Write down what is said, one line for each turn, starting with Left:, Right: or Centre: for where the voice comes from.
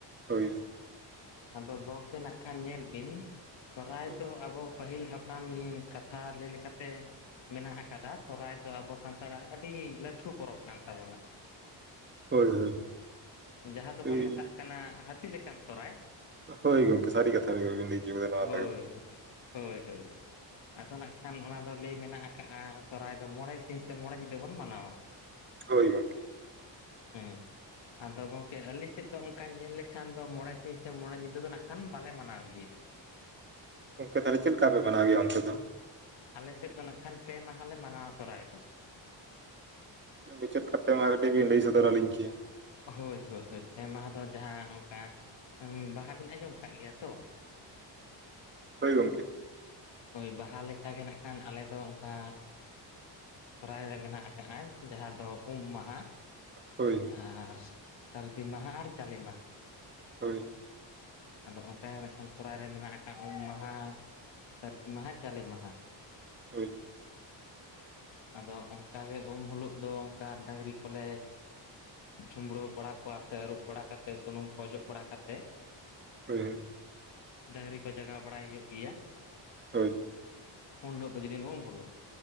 Right: ᱦᱳᱭ᱾
Left: ᱟᱫᱚ ᱜᱚᱝᱠᱮ ᱱᱟᱜ ᱠᱷᱟᱱ ᱧᱮᱞ ᱵᱤᱱ ᱥᱚᱨᱦᱟᱭ
Right: ᱦᱳᱭ
Left: ᱫᱚ ᱟᱵᱚ- ᱯᱟᱹᱦᱤᱞ ᱦᱟᱯᱲᱟᱢ ᱠᱟᱛᱷᱟ ᱞᱟᱹᱭ ᱞᱮᱠᱟᱛᱮ ᱢᱮᱱᱟᱜ ᱟᱠᱟᱫᱟ, ᱥᱚᱨᱦᱟᱭ ᱫᱚ ᱟᱵᱚ ᱥᱟᱱᱛᱟᱲᱟᱜ ᱟᱹᱰᱤ ᱞᱟᱹᱴᱷᱩ ᱯᱚᱨᱚᱵᱽ ᱠᱟᱱ᱾ ᱛᱟᱵᱚᱱᱟ,
Right: ᱦᱳᱭ ᱦᱳᱭ
Left: ᱡᱟᱦᱟᱸ ᱫᱚᱵᱚᱱ
Right: ᱦᱳᱭ,
Left: ᱢᱮᱛᱟᱜ ᱠᱟᱱᱟ ᱦᱟᱹᱛᱤ ᱞᱮᱠᱟᱱ ᱥᱚᱨᱦᱟᱭ,
Right: ᱦᱳᱭ ᱜᱚᱢᱠᱮ ᱥᱟ. ᱨᱤ ᱠᱟᱛᱷᱟ ᱜᱮ ᱵᱮᱱ ᱞᱟᱹᱭ ᱪᱚ ᱠᱮᱫᱟ
Left: ᱦᱳᱭ
Right: <inaudible>
Left: ᱦᱳᱭ ᱦᱳᱭ᱾ ᱟᱫᱚ ᱱᱟᱜ ᱠᱷᱟᱱ ᱚᱱᱟ ᱫᱚ ᱞᱟᱹᱭ ᱢᱮᱱᱟᱜ ᱟᱠᱟᱫᱼᱟ ᱥᱚᱨᱦᱟᱭ ᱫᱚ ᱢᱚᱬᱮ ᱥᱤᱧ ᱥᱮ ᱢᱚᱬᱮ ᱧᱤᱫᱟᱹ ᱵᱚᱱ ᱢᱟᱱᱟᱣᱟ᱾
Right: ᱦᱳᱭ ᱜᱚᱢᱠᱮ᱾ <unintelligible>
Left: ᱦᱮᱸ ᱟᱫᱚ ᱜᱚᱢᱠᱮ ᱟᱹᱞᱤᱧ ᱥᱮᱫ ᱫᱚ ᱚᱱᱠᱟ ᱧᱮᱞ ᱞᱮᱠᱷᱟᱱ ᱫᱚ ᱢᱚᱬᱮ ᱥᱤᱧ ᱥᱮ ᱢᱚᱬᱮ ᱧᱤᱫᱟᱹ ᱫᱚ ᱱᱟᱜ ᱠᱷᱟᱱ ᱵᱟᱞᱮ ᱢᱟᱱᱟᱣ ᱜᱮᱭᱟ᱾
Right: ᱜᱚᱝᱠᱮ ᱛᱟᱦᱞᱮ ᱪᱮᱫ ᱞᱮᱠᱟ ᱯᱮ ᱢᱟᱱᱟᱣ ᱜᱮᱭᱟ ᱚᱱᱛᱮ ᱫᱚ?
Left: ᱟᱞᱮ ᱥᱮᱫ ᱫᱚ ᱱᱟᱜ ᱠᱷᱟᱱ ᱯᱮ ᱢᱟᱦᱟᱞᱮ ᱢᱟᱱᱟᱣᱟ ᱥᱚᱦᱨᱟᱭ ᱫᱚ᱾
Right: ᱢᱩᱪᱟᱹᱫ ᱠᱟᱛᱮᱫ ᱢᱟ ᱠᱟᱹᱴᱤᱡ ᱵᱤᱱ ᱞᱟᱹᱭ ᱥᱚᱫᱚᱨ ᱟᱹᱞᱤᱧ ᱠᱮᱭᱟ᱾
Left: ᱦᱳᱭ ᱦᱳᱭ ᱦᱳᱭ, ᱯᱮ ᱢᱟᱦᱟ ᱫᱚ ᱡᱟᱦᱟᱸ ᱚᱱᱠᱟ ᱵᱟᱦᱟ ᱵᱤᱱ ᱟᱸᱡᱚᱢ ᱠᱟᱜ ᱜᱮᱭᱟ ᱛᱚ?
Right: ᱦᱳᱭ ᱜᱳᱢᱠᱮ᱾
Left: ᱦᱳᱭ, ᱵᱟᱦᱟ ᱞᱮᱠᱟᱜᱮ ᱱᱟᱜ ᱠᱷᱟᱱ ᱟᱞᱮ ᱫᱚ ᱚᱱᱠᱟ ᱥᱚᱨᱦᱟᱭ ᱨᱮ ᱢᱮᱱᱟᱜ ᱟᱠᱟᱜ-ᱟᱭ ᱡᱟᱦᱟᱸ ᱫᱚ ᱩᱢ ᱢᱟᱦᱟ᱾
Right: ᱦᱳᱭ
Left: ᱟᱨ ᱥᱟᱹᱨᱫᱤ ᱢᱟᱦᱟ ᱟᱨ ᱡᱟᱞᱮ ᱢᱟᱦᱟ᱾
Right: ᱦᱳᱭ᱾
Left: ᱟᱫᱚ ᱚᱱᱠᱟᱜᱮ ᱱᱟᱜ ᱠᱷᱟᱱ ᱥᱚᱦᱨᱟᱭ ᱨᱮ ᱢᱮᱱᱟᱜ ᱟᱠᱟᱫ ᱩᱢ ᱢᱟᱦᱟ, ᱥᱟ. ᱨᱫᱤ ᱢᱟᱦᱟ, ᱡᱟᱞᱮ ᱢᱟᱦᱟ᱾
Right: ᱦᱩᱸ᱾
Left: ᱟᱫᱚ ᱚᱱᱠᱟ ᱜᱮ ᱩᱢ ᱦᱤᱞᱳᱜ ᱫᱚ ᱚᱱᱠᱟ ᱰᱟᱹᱝᱨᱤ ᱠᱚᱞᱮ ᱪᱷᱩᱢᱵᱽᱲᱟᱹᱣ ᱵᱟᱲᱟ ᱠᱚᱣᱟ ᱥᱮ ᱟᱹᱨᱩᱵ ᱵᱟᱲᱟᱠᱟᱛᱮ ᱥᱩᱱᱩᱢ ᱠᱚ ᱚᱡᱚᱜ ᱵᱟᱲᱟᱠᱟᱛᱮ
Right: ᱦᱮᱭ ᱦᱩᱭ᱾ <inaudible>
Left: ᱰᱟᱹᱟᱝᱨᱤ ᱠᱚ ᱡᱟᱜᱟᱣ ᱵᱟᱲᱟᱭ ᱦᱩᱭᱩᱜ ᱜᱮᱭᱟ᱾
Right: ᱦᱳᱭ᱾
Left: ᱩᱱ ᱦᱤᱞᱳᱜ ᱫᱚ ᱡᱮᱫᱤᱱ ᱩᱢ ᱦᱳᱞᱳᱜ᱾